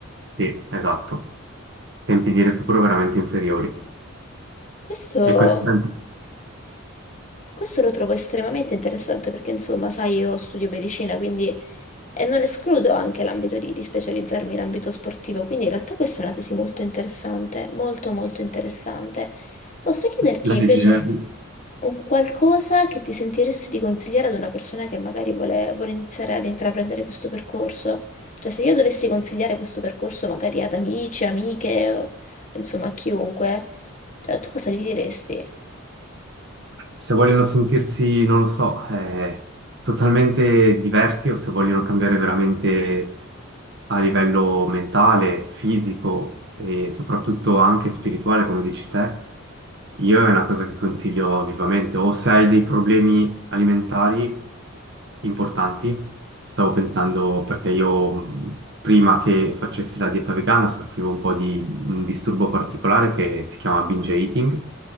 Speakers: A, on the right (about 55°); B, on the left (about 35°).
A: sì, esatto. Tempi di recupero veramente inferiori.
B: Questo
A: E questa era
B: Questo lo trovo estremamente interessante perché, insomma, sai, io studio medicina, quindi e non escludo anche l'ambito di, di specializzarmi in ambito sportivo, quindi in realtà questa è una tesi molto interessante, molto molto interessante. Posso chiederti
A: la rigenerazione.
B: invece un qualcosa che ti sentiresti di consigliare ad una persona che magari vuole, vuole iniziare ad intraprendere questo percorso? Cioè, se io dovessi consigliare questo percorso magari ad amici, amiche, o, insomma, a chiunque, cioè, tu cosa gli diresti?
A: se vogliono sentirsi, non lo so, eh, totalmente diversi o se vogliono cambiare veramente a livello mentale, fisico e soprattutto anche spirituale, come dici te, io è una cosa che consiglio vivamente. O se hai dei problemi alimentari importanti. Stavo pensando perché io mh, prima che facessi la dieta vegana soffrivo un po' di un disturbo particolare che si chiama binge eating